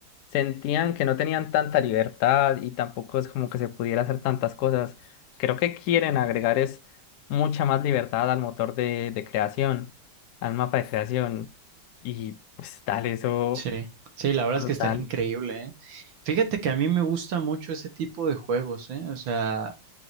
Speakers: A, on the left; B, on the right.
A: sentían que no tenían tanta libertad y tampoco es como que se pudiera hacer tantas cosas. Creo que quieren agregar es mucha más libertad al motor de, de creación, al mapa de creación. Y pues, tal, eso
B: Sí, sí, la verdad
A: brutal.
B: es que estaría increíble, ¿eh? Fíjate que a mí me gusta mucho ese tipo de juegos, ¿eh? O sea,